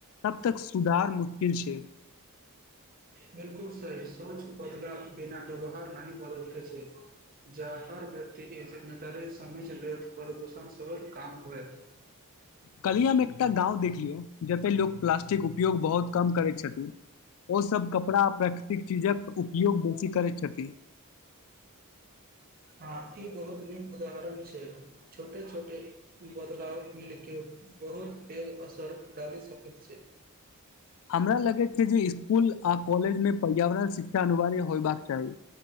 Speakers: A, on the left (about 65°); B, on the right (about 40°).
A: तखन तक सुधार मुश्किल छै।
B: बिल्कुल सही, सोच बदले बिना व्यवहार नहि बदलैत छै। जँ हर व्यक्ति ई जिम्मेदारी बुझि लेत, प्रदूषण सहित काम होएत।
A: कहलिय, हम एकटा गाँम देखलियौ जतय लोक प्लास्टिकक उपयोग बहुत कम करैत छथिन। ओ सभ कपड़ा आ प्राकृतिक चीजक उपयोग बेसी करैत छथिन।
B: हँ, ई बहुत नीक उदाहरण छै, छोट-छोट बदलाव मिलि कऽ। बहुत पैघ असर डाली सकैत छै।
A: हमरा लगैत छै जे स्कूल आ कॉलेजमे पर्यावरण शिक्षा अनिवार्य होयबाक चाही।